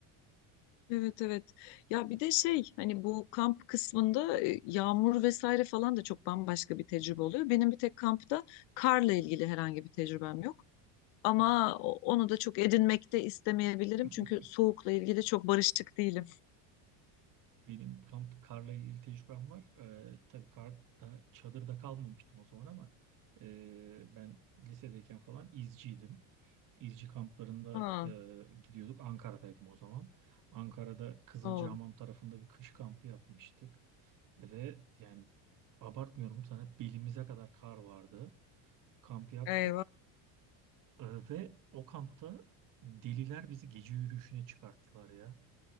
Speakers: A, on the left; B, on the right.
A: evet evet. Ya bir de şey hani bu kamp kısmında e, yağmur vesaire falan da çok bambaşka bir tecrübe oluyor. Benim bir tek kampta karla ilgili herhangi bir tecrübem yok. Ama
B: Aa,
A: o- onu da çok edinmek de istemeyebilirim.
B: <laughs>
A: Çünkü soğukla ilgili çok barışık değilim.
B: Benim kamp karla ilgili tecrübem var. Ee, tabii karda, çadırda kalmamıştım o zaman ama e, ben lisedeyken falan izciydim. İzci kamplarında
A: Ha,
B: e, gidiyorduk. Ankara'daydım o zaman. Ankara'da Kızılcahamam
A: o.
B: tarafında bir kış kampı yapmıştık. Ve yani abartmıyorum sana belimize kadar kar vardı. Kamp yaptık
A: Eyvah.
B: E, ve o kampta deliler bizi gece yürüyüşüne çıkarttılar ya